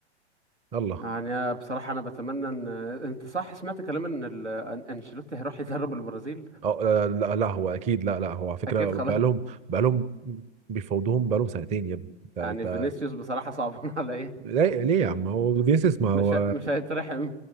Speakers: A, on the right; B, on the right.
A: يلا
B: يعني أنا بصراحة أنا بتمنى إن <laughs> أنت صح سمعت كلام إن ال... أن- أنشيلوتي هيروح يدرب البرازيل
A: اه لا, لا لا هو اكيد لا لا هو على فكره
B: أكيد خلاص
A: بقالهم بقالهم بيفاوضوهم بقالهم سنتين يا ابني انت انت
B: يعني فينيسيوس بصراحة صعبان <laughs> عليا
A: ليه ليه يا عم هو فينيسيوس ما هو
B: مش ه- مش هيترحم